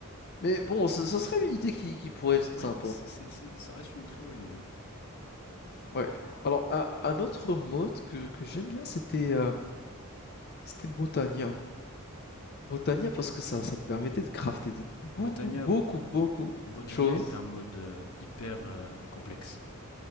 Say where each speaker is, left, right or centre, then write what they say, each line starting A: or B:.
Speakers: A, on the left; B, on the left.
A: Mais bon, ça, ça serait une idée qui, qui pourrait être
B: Ouais,
A: sympa.
B: ouais, c'est, c'est- c'est- ça reste une très bonne idée.
A: Ouais. Alors, un, un autre mode que, que j'aime bien, c'était euh, c'était Botania. Botania parce que ça, ça te permettait de crafter de beaucoup,
B: Botania,
A: beaucoup, beaucoup
B: Botania
A: de choses
B: est un mode euh, hyper euh, complexe.